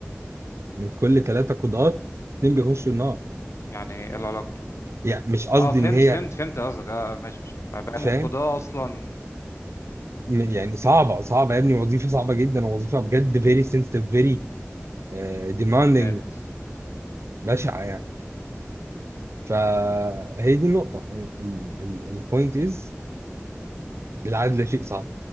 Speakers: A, on the right; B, on the left.
A: من كل ثلاثة قضاة اتنين بيخشوا النار
B: يعني ايه العلاقه
A: يعني مش قصدي
B: اه فهمت
A: إن هي
B: فهمت فهمت قصدك اه ماشي ماشي. مبادئ
A: فاهم
B: من القضاء اصلا
A: م- يعني صعبة صعبة يا ابني وظيفة صعبة جدا وظيفة بجد very sensitive very آه، demanding
B: الناس
A: بشعة يعني فهي دي النقطة يعني البوينت از العدل شيء صعب